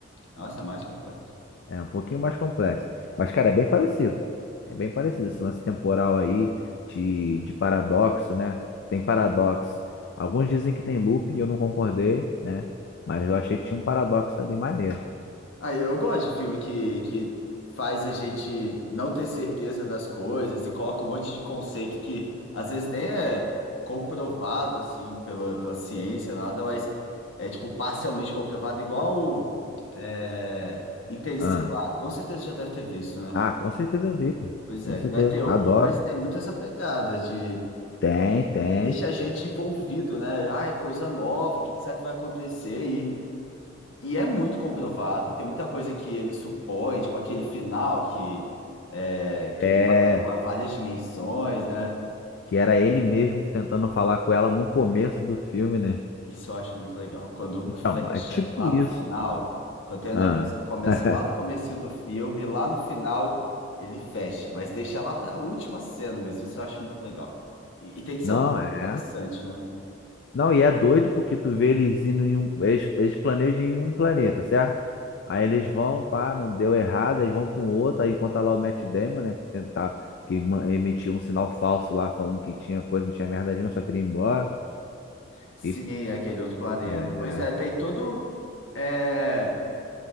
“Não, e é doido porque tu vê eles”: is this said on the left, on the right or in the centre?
Left